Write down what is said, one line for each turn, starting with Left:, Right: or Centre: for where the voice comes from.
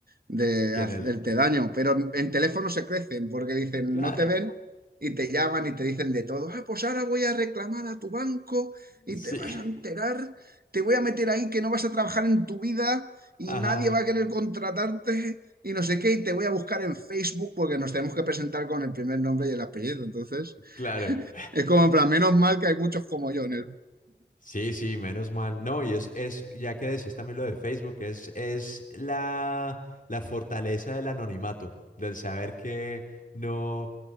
Right: de
Left: que
Right: hacerte
Left: en el,
Right: daño. Pero en, en teléfono se crecen porque dicen,
Left: claro,
Right: no te ven y te llaman y te dicen de todo. Ah, pues ahora voy a reclamar a tu banco y
Left: sí.
Right: te vas
Left: <laughs>
Right: a enterar, te voy a meter ahí que no vas a trabajar en tu vida y
Left: Ajá.
Right: nadie va a querer contratarte y no sé qué, y te voy a buscar en Facebook porque nos tenemos que presentar con el primer nombre y el apellido. Entonces,
Left: Claro. <laughs>
Right: es como en plan, menos mal que hay muchos como yo en el...
Left: Sí, sí, menos mal. No, y es, es, ya que decías también lo de Facebook, es, es la, la fortaleza del anonimato, del saber que no,